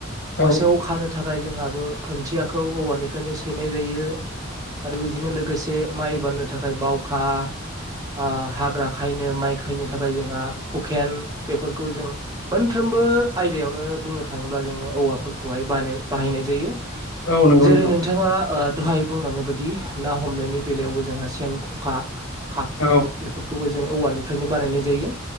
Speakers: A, on the left (about 60°); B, on the right (about 15°).
A: औ
B: मोसौ खानो थाखाय जोंहाबो खुन्थियाखौ औवानिफ्रायनो सैनाय जायो। आरो बेजोंनो लोगोसे माइ बान्नो थाखाय बावखा ओ हाग्रा खायनो माइ खायनो थाखाय जोंहा हुखेन बेफोरखौ जों मोनफ्रोमबो आयदायावनो बुंनो थाङोब्ला जोङो औवाफोरखौहाय बानाय बाहायनाय जायो।
A: औ नंगौ
B: जेरै
A: नोंथां
B: नोंथाङा ओ दहाय बुंलांनाय बायदि ना हमनायनि बेलायावबो जोंहा सेन खखा खाखि
A: औ
B: बेफोरखौबो जों औवानिफ्रायनो बानायनाय जायो